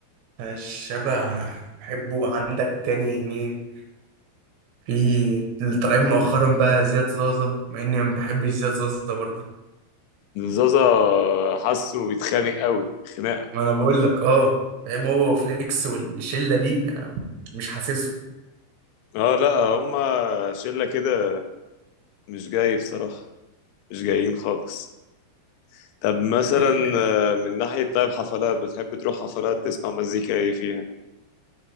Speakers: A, on the right; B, on the left.
A: شهاب آه، بحبه عندك تاني مين في اللي طالعين مؤخرا بقى زياد زازا مع اني ما بحبش زياد زازا برضه
B: زازا حاسه بيتخانق قوي خناقه
A: ما انا بقول لك اه فاهم هو وفليكس والشله دي يعني مش حاسسهم
B: اه لا هما شله كده مش جاي بصراحه مش جايين خالص طب مثلا
A: قول لي انت
B: آه، من ناحية طيب حفلات بتحب تروح حفلات تسمع مزيكا ايه فيها